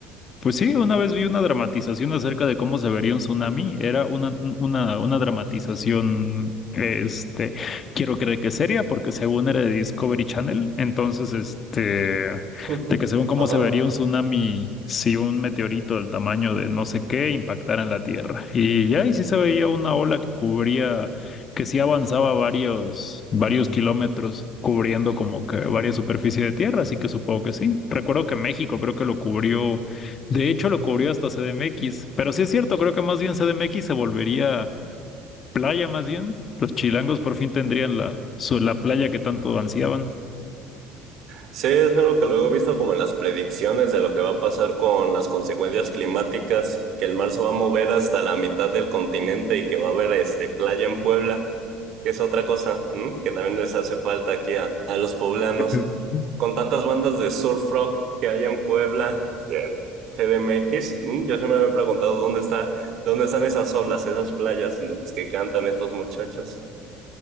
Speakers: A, on the left (about 40°); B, on the right (about 55°).
A: Pues sí, una vez vi una dramatización acerca de cómo se vería un tsunami. Era una, una, una dramatización, este, quiero creer que seria, porque según era de Discovery Channel, entonces, este, de
B: <laughs>
A: que según cómo
B: Ajá.
A: se vería un tsunami si un meteorito del tamaño de no sé qué impactara en la Tierra. Y ya, y sí se veía una ola que cubría, que sí avanzaba varios, varios kilómetros, cubriendo como que varias superficie de Tierra, así que supongo que sí. Recuerdo que México creo que lo cubrió de hecho, lo cubrió hasta CDMX, pero sí es cierto, creo que más bien CDMX se volvería playa más bien. Los chilangos por fin tendrían la, su- la playa que tanto ansiaban.
B: Sí, es algo que luego he visto como en las predicciones de lo que va a pasar con las consecuencias climáticas, que el mar se va a mover hasta la mitad del continente y que va a haber este playa en Puebla, que es otra cosa, ¿m? que también les hace falta aquí a, a los poblanos.
A: <laughs>
B: Con tantas bandas de surf rock que hay en Puebla y en CDMX, ¿m? X, ¿m? yo siempre me he preguntado dónde está, dónde están esas olas, esas playas de las que cantan estos muchachos.